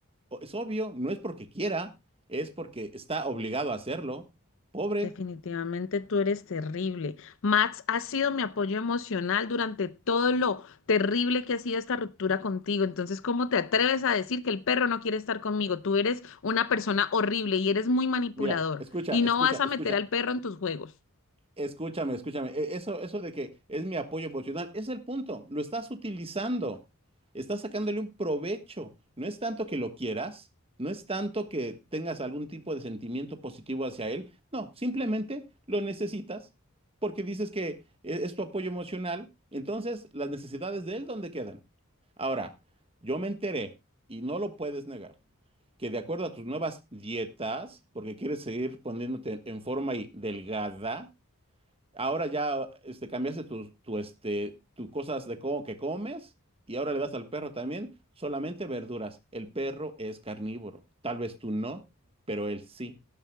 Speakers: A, on the right (about 25°); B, on the left (about 65°).
A: O- es obvio, no es porque quiera, es porque está obligado a hacerlo. Pobre.
B: Definitivamente tú eres terrible. Max ha sido mi apoyo emocional durante todo lo terrible que ha sido esta ruptura contigo. Entonces, ¿cómo te atreves a decir que el perro no quiere estar conmigo? Tú eres una persona horrible y eres muy manipulador
A: Mira, escucha,
B: y
A: escucha,
B: no vas a
A: escucha.
B: meter al perro en tus juegos.
A: Escúchame, escúchame. e- Eso, eso de que es mi apoyo emocional, es el punto. Lo estás utilizando. Estás sacándole un provecho. No es tanto que lo quieras, no es tanto que tengas algún tipo de sentimiento positivo hacia él. No, simplemente lo necesitas porque dices que e- es tu apoyo emocional. Entonces, las necesidades de él, ¿dónde quedan? Ahora, yo me enteré, y no lo puedes negar, que de acuerdo a tus nuevas dietas, porque quieres seguir poniéndote en forma y delgada, Ahora ya este, cambiaste tus tu, este, tu cosas de co- que comes y ahora le das al perro también solamente verduras. El perro es carnívoro. Tal vez tú no, pero él sí.